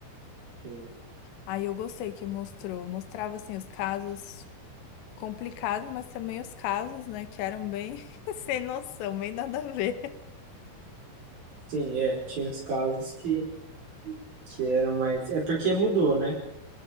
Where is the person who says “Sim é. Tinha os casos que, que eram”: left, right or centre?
Right